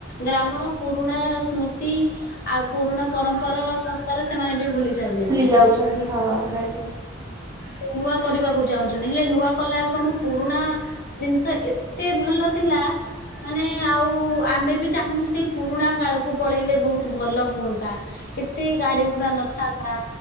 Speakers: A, on the left; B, on the right.
A: ଗ୍ରାମର ପୁରୁଣା ସ୍ମୃତି ଆଉ ପୁରୁଣା ପରମ୍ପରା ସଂସ୍କାରରେ ସେମାନେ ବି ଭୁଲି ସାରିଲେଣି।
B: ଯାଉଛନ୍ତି ହଁ ମ୍ୟାଡ଼ାମ
A: ସେ ନୂଆ କରିବାକୁ ଚାହୁଁଛନ୍ତି ହେଲେ ନୂଆ କଲା ବେଳକୁ ଆମ ପୁରୁଣା ଜିନିଷ ଏତେ ଭଲ ଥିଲା ମାନେ ଆଉ ଆମେ ବି ଚାହୁଁଛୁ ସେଇ ପୁରୁଣା କାଳକୁ ପଳେଇଲେ ବହୁତ ଭଲ ହୁଅନ୍ତା। ଏତେ ଗାଡି ଘୋଡା ନଥାନ୍ତା